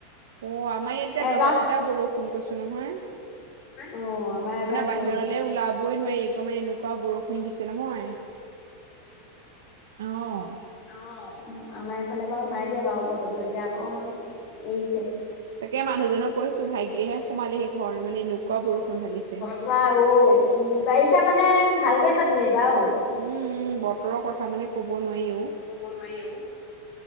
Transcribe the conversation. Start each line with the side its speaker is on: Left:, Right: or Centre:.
Right: অ, আমাৰ ইয়াত এতিয়া
Left: অ',
Right: দবা পিতা বৰষুণ কৈছো নহয়।
Left: অ আমাৰ এজাক
Right: আপোনাৰ বাহিৰলৈ
Left: গ'ল
Right: ওলাবই নোৱাৰি একদমে মানে এনেকুৱা বৰষুণ দিছে নহয়। আহ অ অ।
Left: অ, আমাৰ এইফালে বাৰু নাই দিয়া বাৰু বতৰটো এতিয়া অকমান এৰিছে।
Right: তাকে মানুহজনক কৈছো ভাগ্যেহে সোমালেহি ঘৰ মানে এনেকুৱা বৰষুণ ঢালিছে।
Left: সঁচা অ' অ' কি বাৰিষা মানে ভালকে পাতিলে এইবাৰ অ।
Right: উম-উম, বতৰৰ কথা মানে ক'ব নোৱাৰি অ'।
Left: নোৱাৰি অ'।